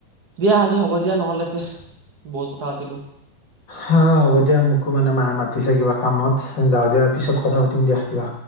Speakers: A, on the right (about 65°); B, on the left (about 40°).
A: দিয়া আজি হ'ব দিয়া নহ'লে তে বহুত কথা পাতিলো,
B: হা হ'ব দিয়া মোকো মানে মায়ে মাতিছে কিবা কামত যাওঁ দিয়া পিছত কথা পাতিম দিয়া কিবা